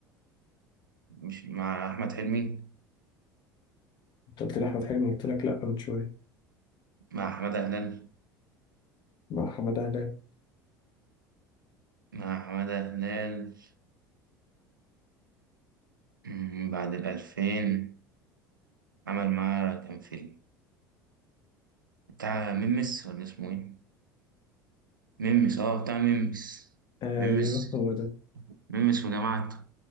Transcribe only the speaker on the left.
أنت قلت لي أحمد حلمي قلت لك لا من شوية
مع حمد هلال
آه،
أيوه هو ده